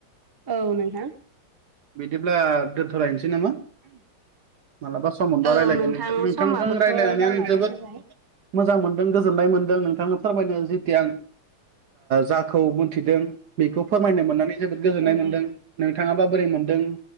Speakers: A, on the right; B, on the right.
A: औ नोंथां
B: बिदिब्ला दोनथ'लायनोसै नामा मालाबा सम मोनबा
A: औ
B: रायलायगोन
A: नोंथां
B: नोंथांजों
A: समाबोथ'
B: रायजलायनानै
A: जानानै
B: आं जोबोद
A: फैबाय
B: मोजां मोनदों गोजोननाय मोनदों नोंथांनो फोरमायनो जिथि आं जाखौ मोनथिदों बेखौ
A: औ
B: फोरमायनो मोननानै जोबोद गोजोननाय
A: औ
B: मोन्दों
A: औ
B: नोंथाङाबा बोरै मोनदों